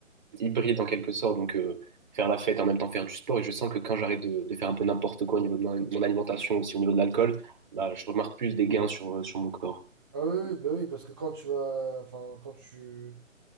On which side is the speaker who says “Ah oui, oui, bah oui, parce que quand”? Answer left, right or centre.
Right